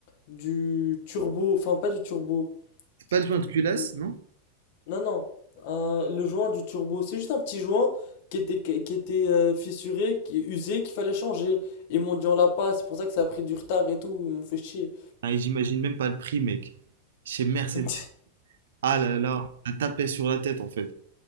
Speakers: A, on the left; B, on the right.
A: du turbo, enfin pas du turbo.
B: C'est pas le joint de culasse,
A: Du-
B: non?
A: Non non, un- le joint du turbo, c'est juste un petit joint qui était qui qui était euh, fissuré, qui usé, qu'il fallait changer. Ils m'ont dit on l'a pas, c'est pour ça que ça a pris du retard et tout, ils m'ont fait chier.
B: Ah, et j'imagine même pas le prix, mec. Chez Mercedes.
A: <laughs>
B: Ah là là, on t'a tapé sur la tête, en fait.